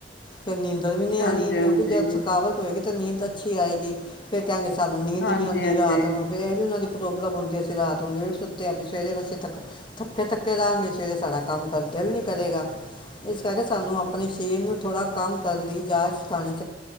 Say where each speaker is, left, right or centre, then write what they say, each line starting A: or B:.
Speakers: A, on the left; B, on the left.
A: ਫਿਰ ਨੀਂਦਰ ਵੀ ਨਹੀਂ
B: ਹਾਂਜੀ
A: ਆਣੀ।
B: ਹਾਂਜੀ
A: ਕਿਉਂਕਿ, ਜਦ ਥਕਾਵਟ ਹੋਏਗ ਤੇ ਨੀਂਦ ਅੱਛੀ ਆਏਗੀ, ਫਿਰ ਕਹਣਗੇ ਸਾਨੂੰ ਨੀਂਦ
B: ਹਾਂਜੀ
A: ਨਹੀਂ ਆਉਂਦੀ
B: ਹਾਂਜੀ
A: ਰਾਤ ਨੂੰ ਫਿਰ ਇਹ ਵੀ ਉਹਨਾਂ ਦੀ ਪ੍ਰੋਬਲਮ ਹੁੰਦੀ ਅਸੀਂ ਰਾਤ ਲੇਟ ਸੁੱਤੇ ਆ ਵੀ ਸਵੇਰੇ ਬਸੇ ਥੱਕੇ ਥੱਕੇ ਰਹਾਂਗੇ, ਸਵੇਰੇ ਸਾਡਾ ਕੰਮ ਕਰਨ ਦਾ ਦਿਲ ਨਹੀਂ ਕਰੇਗਾ। ਇਸ ਕਰਕੇ ਸਾਨੂੰ ਅਪਣੇ ਸਰੀਰ ਨੂੰ ਥੋੜ੍ਹਾ ਕੰਮ ਕਰਨ ਦੀ ਜਾਚ ਸਿਖਾਉਣੀ <inaudible>